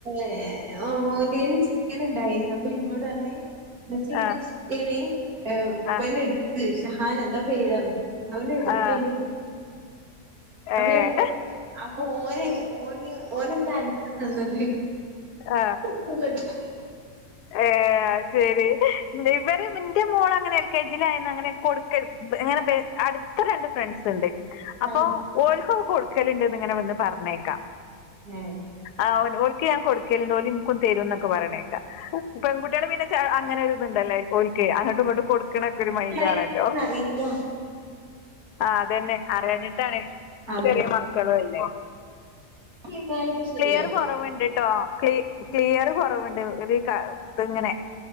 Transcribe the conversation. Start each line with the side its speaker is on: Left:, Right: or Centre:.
Right: ഏ ഓൻ്റയിൽ ചിക്കൻ ഉണ്ടായിനി അപ്പൊ ഇന്നോട് പറ ന്റെ
Left: ആഹ്
Right: ചിക്കന് ഇബന്
Left: ആഹ്
Right: എടുത്ത് ഷഹാൻ എന്താ പേര് പറഞ്ഞ്. അവന എടുത്തന്റെ
Left: ആഹ്
Right: <unintelligible>
Left: ഏഹ്
Right: അപ്പൊ ഓന് ഓന് ഓന് എന്താ അനക്ക് തന്നത്?
Left: ആഹ്
Right: <unintelligible>
Left: ഏഹ് അത് ശെരി ഇവര് ഇന്റെ മോള് അങ്ങനെ എൽ കെ ജിയിലയന്ന് അങ്ങനെ കൊടുക്ക അങ്ങനെ അടുത്ത രണ്ട് ഫ്രണ്ട്സ് ഉണ്ട്. അപ്പൊ
Right: ആഹ്
Left: ഓൽക്ക് ഒക്കെ കൊടുക്കലുണ്ട് ന്ന് ഇങ്ങനെ വന്ന് പറഞ്ഞേക്കാ.
Right: ഏഹ്
Left: ആ ഓരിക്ക് ഞാൻ കൊടുക്കലണ്ട് ഓര് എനിക്കും തരുംന്നൊക്കെ പറയണക്ക. പെൺകുട്ടികള് പിന്നെ അങ്ങനെ ഒരു ഇത് ഇണ്ടല്ലേ ഓർക്ക് അങ്ങോട്ട് ഇങ്ങോട്ട് കൊടുക്കണക്കെ ഒരു
Right: ഇൻക്കതൊന്നും
Left: മൈൻഡ് ആണല്ലോ.
Right: അറിയില്ല
Left: ആ അതെന്നെ അറിയാഞ്ഞിട്ടാണ്
Right: അത്
Left: ചെറിയ മക്കളും അല്ലേ?
Right: കഴിഞ്ഞാലൊക്കെ ശരിയാവോ
Left: ക്ലിയർ കുറവ് ഉണ്ട് ട്ടോ ക്ലി ക്ലിയർ കുറവുണ്ട് ഒരു ഇത് ഇങ്ങനെ